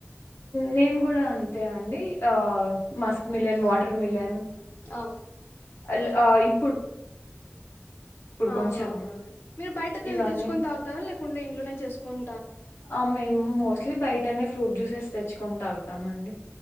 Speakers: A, on the left; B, on the left.
A: నేను కూడా అంతే అండి. ఆ మస్క్ మిలన్, వాటర్ మిలన్
B: ఆ
A: అల్ ఆ ఇం
B: అవునవునవును
A: కొంచెం
B: మీరు బయట తిరిగి
A: ఇవన్నీ
B: తెచ్చుకొని తాగుతారా లేకున్ ఇంట్లో నేన్ చేసుకున్
A: ఆ మేము మోస్ట్లీ బయటనే ఫ్రూట్ జ్యూసెస్ తెచ్చుకొని తాగుతామండి.